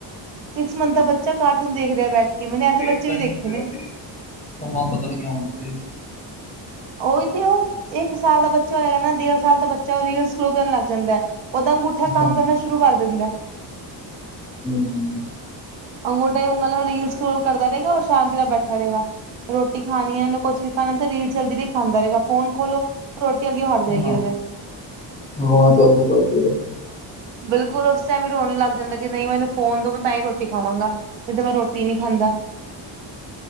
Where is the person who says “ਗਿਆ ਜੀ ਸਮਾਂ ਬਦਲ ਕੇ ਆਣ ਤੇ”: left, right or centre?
Left